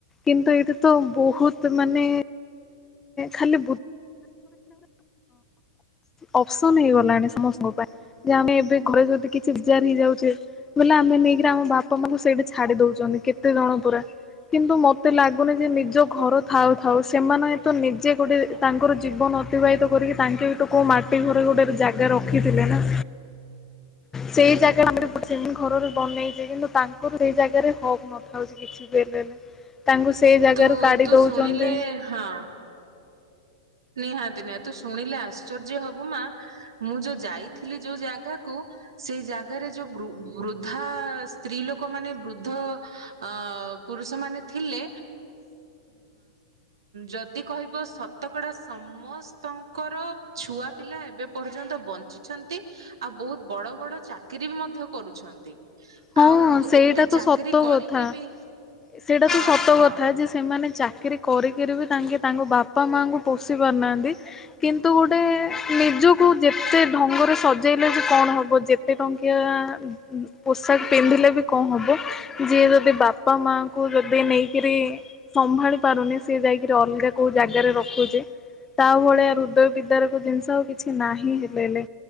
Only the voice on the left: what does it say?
କିନ୍ତୁ ଏଇଟା ତ ବହୁତ ମାନେ ଖାଲି ଅପସନ ହେଇଗଲାଣି ସମସ୍ତଙ୍କ ପାଇଁ ଯେ ଆମେ ଏବେ ଘରେ ଯଦି କିଛିଜାର ହେଇଯାଉଛେ ବୋଇଲେ ଆମେ ନେଇକିରି ଆମ ବାପା ମାଙ୍କୁ ସେଇଠି ଛାଡି ଦଉଛନ୍ତି। କେତେ ଜଣ ପୁରା କିନ୍ତୁ ମତେ ଲାଗୁନି ଯେ ନିଜ ଘର ଥାଉ ଥାଉ ସେମାନେ ତ ନିଜେ ଗୋଟେ ତାଙ୍କର ଜୀବନ ଅତିବାହିତ କରିକି ତାଙ୍କେ ଏଠୁ କୋଉ ମାଟି ଘରେ ଗୋଟେ ଜାଗା ରଖିଥିଲେ ନା। ସେଇ ଜାଗା ଘର ବନେଇଛ କିନ୍ତୁ ତାଙ୍କର ସେଇ ଜାଗାରେ ହକ୍ ନଥାଉଛି କିଛି ବି ହେଲେ। ତାଙ୍କୁ ସେଇ ଜାଗାରୁ
କାଢି
ଦଉଛନ୍ତି
ହଁ
ସେଇଟା
ତ
ସତ
କଥା
ସେଇଟା
ତ ସତ
କଥା ଯେ ସେମାନେ ଚାକିରୀ କରିକିରି ବି ତାଙ୍କେ ତାଙ୍କ ବାପା ମାଙ୍କୁ ପୋଷି ପାରୁନାହାନ୍ତି କିନ୍ତୁ ଗୋଟେ ନିଜକୁ ଯେତେ ଢଙ୍ଗରେ ସଜେଇଲେ ଯେ କଣ ହବ ଯେତେ ଟଙ୍କିଆ ପୋଷାକ ପିନ୍ଧିଲେ ବି କଣ ହବ ଯିଏ ଯଦି ବାପା ମାଙ୍କୁୁ ଯଦି ନେଇକରି ସମ୍ଭାଳି ପାରୁନି ସିଏ ଯାଇକିରି ଅଲଗା କୋଉ ଜାଗାରେ ରଖୁଛେ ତା ଭଳିଆ ହୃଦୟ ବିଦାର ଜିନିଷ ଆଉ କିଛି ନାହିଁ ହେଲେ ହେଲେ